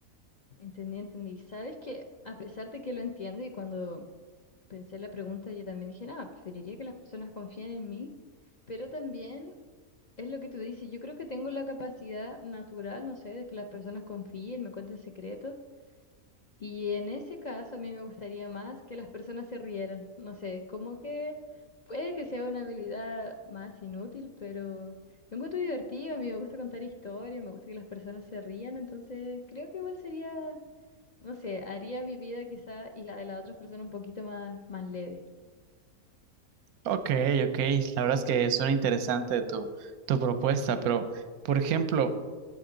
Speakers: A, on the left; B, on the right.
A: Entendí, entendí. Sabes que a pesar de que lo entiendo y cuando pensé la pregunta yo también dije, nada, preferiría que las personas confíen en mí, pero también es lo que tú dices, yo creo que tengo la capacidad natural, no sé, de que las personas confíen, me cuenten secretos, Y en ese caso a mí me gustaría más que las personas se rieran. No sé, como que puede que sea una habilidad más inútil, pero lo encuentro divertido. A mí me gusta contar historias, me gusta que las personas se rían, entonces creo que igual sería, no sé, haría mi vida quizá y la de las otras personas un poquito más, más leve.
B: Ok, ok, la verdad es que suena interesante tu, tu propuesta, pero por ejemplo,